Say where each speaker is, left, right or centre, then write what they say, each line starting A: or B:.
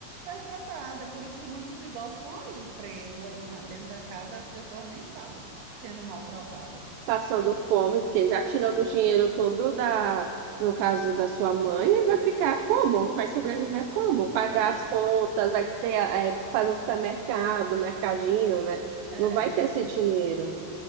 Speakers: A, on the right; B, on the right.
A: sai para essa área. É por isso que muitos idosos estão aí presos aí na- dentro da casa. As pessoas nem sabem sendo maltratadas.
B: passando fome, porque já
A: Passa,
B: tirando
A: não
B: o dinheiro
A: foi?
B: todo da, no caso da sua mãe, vai ficar como? Vai sobreviver como? Pagar
A: É,
B: as contas, vai ter, é, fazer um supermercado, um mercadinho, né?
A: é.
B: Não vai ter esse dinheiro.